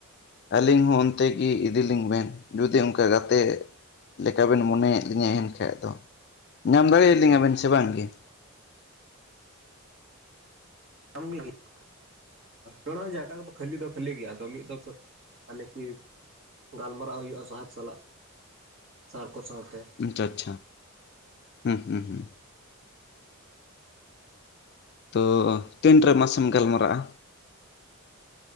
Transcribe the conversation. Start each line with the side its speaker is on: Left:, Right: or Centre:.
Left: ᱟᱹᱞᱤᱧ ᱦᱚᱸ ᱚᱱᱛᱮ ᱜᱮ ᱤᱫᱤᱞᱤᱧ ᱵᱮᱱ, ᱡᱩᱫᱤ ᱚᱱᱠᱟ ᱜᱟᱛᱮ ᱼᱼ ᱞᱮᱠᱟ ᱵᱮᱱ ᱢᱚᱱᱮᱭᱮᱫ ᱞᱤᱧᱟᱹ ᱮᱱᱠᱟᱡ ᱫᱚ ᱾ ᱧᱟᱢ ᱫᱟᱲᱮᱭᱟᱞᱤᱧᱟᱵᱮᱱ
Right: ᱦᱮᱸ
Left: ᱥᱮ ᱵᱟᱝ ᱜᱮ?
Right: <unintelligible> ᱮᱱᱨᱮᱦᱚᱸ ᱡᱟᱭᱜᱟ ᱠᱚᱫᱚ ᱠᱷᱟᱹᱞᱤ ᱫᱚ ᱠᱷᱟᱹᱞᱤ ᱜᱮᱭᱟ, ᱟᱫᱚ ᱢᱤᱫ ᱫᱚ ᱢᱟᱱᱮ ᱠᱤ ᱼᱼ ᱜᱟᱞᱢᱟᱨᱟᱣ ᱦᱩᱭᱩᱜᱼᱟ ᱥᱟᱦᱮᱵ ᱥᱟᱞᱟᱜ ᱥᱟᱨ ᱠᱚ ᱥᱟᱶᱛᱮ ᱾
Left: ᱟᱪᱪᱷᱟ ᱟᱪᱪᱷᱟ ᱦᱩᱸ ᱦᱩᱸ ᱦᱩᱸ ᱾ ᱛᱚ ᱛᱤᱱᱨᱮ ᱢᱟᱥᱮᱢ ᱜᱟᱞᱢᱟᱨᱟᱜᱼᱟ?